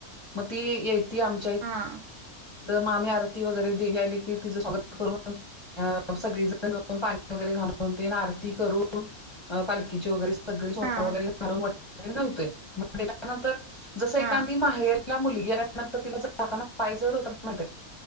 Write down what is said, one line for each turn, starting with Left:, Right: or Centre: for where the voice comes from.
Left: मग ती यती आमच्या
Right: हां
Left: मामी आरती वगैरे देवी आली की तिचं स्वागत करून अ सगळी जण मिळ पाणी वगैरे घालून ते आरती करून पालखीची वगैरे सग स
Right: हा
Left: वगैरे घलून घालतोय त्याच्यानंतर जस एखदी
Right: हा
Left: माहेर तिला मुलील्यानंतर तिला जातना पाय जड होताना माहि